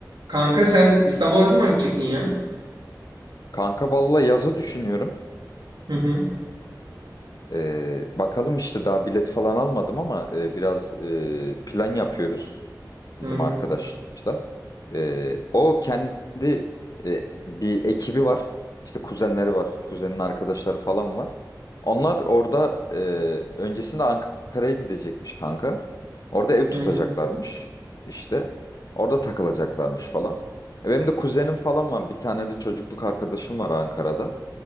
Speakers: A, on the right (about 75°); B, on the left (about 55°).
A: Kanka sen İstanbul'a ne zaman gidecektin ya?
B: Kanka valla yaza düşünüyorum.
A: Hı hı.
B: Ee, bakalım işte daha bilet falan almadım ama e, biraz e, plan yapıyoruz
A: Hı
B: bizim
A: hı.
B: arkadaşla. Ee, o kendi e, bir ekibi var. İşte kuzenleri var. Kuzenin arkadaşları falan var. Onlar orada e, öncesinde Ankara'ya gidecekmiş kanka. Orada ev tutacaklarmış
A: Hı hı.
B: işte. Orada takılacaklarmış falan. E, Benim de kuzenim falan var. Bir tane de çocukluk arkadaşım var Ankara'da.